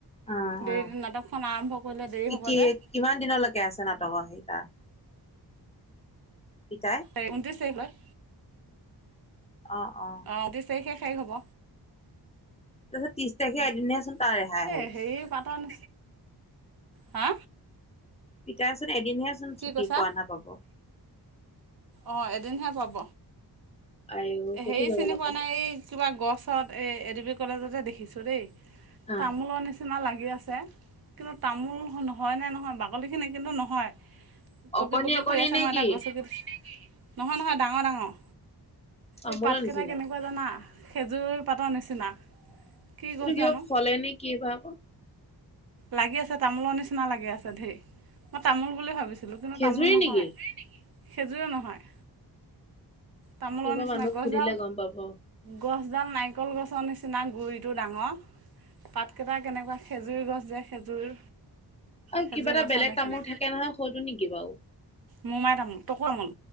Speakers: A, on the left (about 15°); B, on the right (about 60°).
A: অ',
B: দেৰি
A: অ',
B: নাটকখন আৰম্ভ কৰোঁতে দেৰি
A: কি
B: হ'ব
A: কি
B: যে।
A: কিমান দিনলৈকে আছে নাটকৰ সেই তাত? পিতাই।
B: এ ঊনত্ৰিশ তাৰিখলৈ অ,
A: অ অ
B: ' ঊনত্ৰিশ তাৰিখে শেষ হব।
A: তাৰপিছত ত্ৰিশ তাৰিখে
B: উম,
A: এদিনহেচোন তাৰ ৰেহাই হ'ল
B: এ হেৰি পাতন হা
A: পিতাই চোন এদিনহে চোন
B: কি
A: ছুটি
B: কৈছা
A: পোৱা নাপাব
B: অঁ, এদিনহে পাব।
A: আইও ক'তো
B: হেৰি
A: যাব
B: চিনি
A: নাপাব
B: পোৱা নাই এই কিবা গছত এই এ ডি বি কলেজতে দেখিছোঁ দেই।
A: অ
B: তামোলৰ নিচিনা লাগি আছে। কিন্তু তামোল হয়নে নহয় বাকলিখিনি কিন্তু নহয়। পকি
A: অকণি
B: পকি
A: অকণি
B: সৰি আছে
A: নে
B: মই
A: কি
B: তাক গছকি বগীৰ পুলি নেকি নহয় নহয় ডাঙৰ ডাঙৰ।
A: তামোলৰ
B: এই পাতকেইটা
A: নিচিনাই
B: কেনেকুৱা জানা খেজুৰৰ পাতৰ নিচিনা। কি গছ
A: এইটো কিবা
B: জানো
A: ফলে নে কি বাও আকৌ।
B: লাগি আছে তামোলৰ নিচিনা লাগি আছে ঢেৰ মই তামোল বুলি ভাবিছো। কিন্তু কিন্তু
A: খেজুৰি
B: তামোল নহয়
A: নেকি
B: খেজুয়ে নে খেজুৰও নহয়। তামোলৰ
A: কোনোবা
B: নিচিনা
A: মানুহক
B: গছডাল।
A: সুধিলে গম পাব অ
B: গছডাল নাৰিকল গছৰ নিচিনা গুৰিটো ডাঙৰ পাতকেইটা কেনেকুৱা। খেজুৰ গছ যে খেজুৰ।
A: আৰু
B: খেজুৰ
A: কিবা এটা
B: গছৰ
A: বেলেগ
B: নিচিনা
A: তামোল থাকে নহয় সেইতো নেকি বাও?
B: মোমাই তামোল টকো তমোল